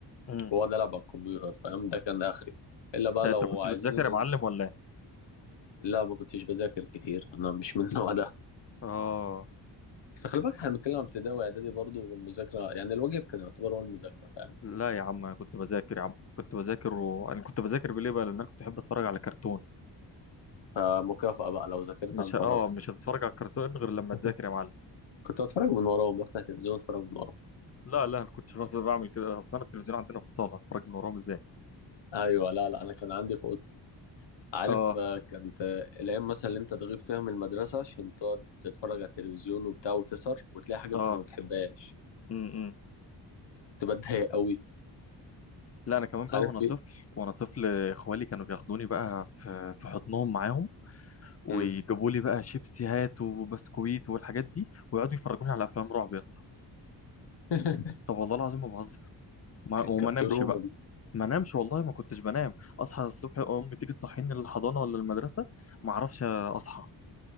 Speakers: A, on the left (about 35°); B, on the left (about 80°).
A: امم
B: واقعد العب على الكمبيوتر فاهم ده كان اخري الا بقى
A: انت
B: لو
A: كنت
B: عايزين
A: بتذاكر
B: ينزل
A: يا معلم ولا ايه
B: لا ما كنتش بذاكر كتير انا مش من النوع ده
A: اه
B: فخلي بالك احنا بنتكلم عن ابتدائي واعدادي برضه والمذاكره يعني الواجب كان يعتبر هو المذاكره فاهم
A: لا يا عم أنا كنت بذاكر يا عم كنت بذاكر وانا كنت بذاكر ليه بقى لان انا كنت بحب اتفرج على كرتون
B: فمكافأة بقى لو ذاكرت
A: مش
B: هنفرجها
A: اه مش هتتفرج على الكرتون غير لما
B: <laughs>
A: تذاكر يا معلم
B: كنت بتفرج من وراهم بفتح تلفزيون اتفرج من وراهم
A: لا لا انا كنتش بقدر بعمل كده اصلا التلفزيون عندنا في الصاله اتفرج من وراهم ازاي
B: ايوه لا لا انا كان عندي في اوضتي عارف
A: اه
B: آه، كانت آه، الايام مثلا اللي انت تغيب فيها من المدرسه عشان تقعد تتفرج على التلفزيون وبتاع وتسهر وتلاقي حاجه
A: اه
B: انت ما بتحبهاش
A: امم
B: كنت بتضايق قوي
A: لا انا كمان بقى
B: عارف
A: وانا
B: في
A: طفل
B: إيه؟
A: وانا طفل اخوالي كانوا بياخدوني بقى في في حضنهم معاهم ويجيبوا
B: مم.
A: لي بقى شيبسي هات وبسكويت والحاجات دي ويقعدوا يفرجوني على افلام رعب يا اسطى
B: <laughs>
A: طب والله العظيم ما بهزر وما وما
B: كانت
A: انامش
B: تروما
A: بقى
B: دي
A: ما نامش والله ما كنتش بنام اصحى الصبح امي تيجي تصحيني للحضانه ولا المدرسه ما اعرفش اصحى